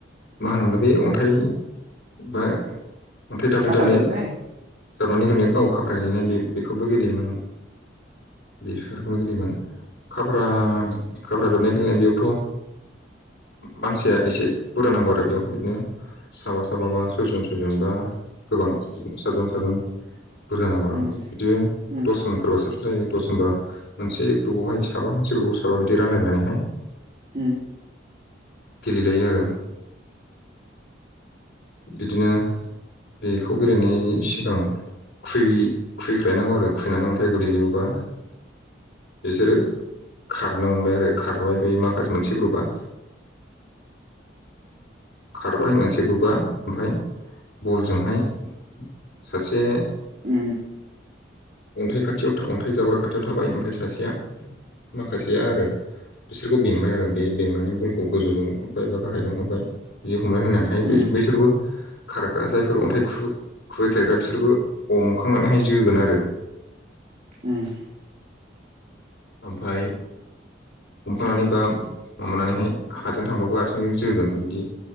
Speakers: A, on the left; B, on the right.
A: मा होनोमोन बे अन्थाइ बा अन्थाइ दाब्ले
B: खाफ्रा
A: दाब्ले
B: जाबनाय
A: जाबनानै गेलेनाय गाव खाफ्रा गेलेनाय बे बेखौबो गेलेयोमोन बेफोरखौनो गोेलैयोमोन खाब्रा खााब्रा जाबनाय गेलेनाय बेयावथ' मानसिया एसे बुरजा नांगौ आरो बेवहाय बिदिनो सााबा सो साबाबा सयजन सयजन बा गोबां बिदिनो साटजन - साटजन बुरजा नांगौ आरो
B: उम
A: बिदि
B: उम
A: दसजन फोरबा सो जायो दस होननबा मोनसे ग्रुपआवहाय साबा मोनसे ग्रुपाव साबा बिदि रानलायनानैहाय।
B: उम
A: गेलेजायो आरो बिदिनो बेखौ गेलेनायनि सिगां। खुै खुैख्लायनांगौ आरो खुैनानै अन्थाइ गोगलैजोबोबा बिसोरो खारनो मोनबाय आरो खारबाय बे माखासे मोनसे ग्रुपआ खारबाय मोनसे ग्रुबा ओमफफ्राय बलजोंहाय सासे
B: उ
A: अन्थाइ खाथियाव थ अन्थाइ जावग्रा खाथियाव थाबाय ओमफ्राय सासेया माखासेया आरो बिसोरखौ बेंबाय आरो बे बेंनानै बलखौ गोजौजों हरबाय बा गाहायजों हरबाय बिदि हमलनानै होननानै
B: उम
A: बेसोरबो खारग्रा जायफोर अन्थाइ खुबैख्लायग्रा बिसोरबो हमखांनानैहाय जोगोन आरो
B: उम
A: ओमफ्राय हमखानानै बा माबानानैहाय हाजों थांबाबो आथिंजों जोगोन बिदि।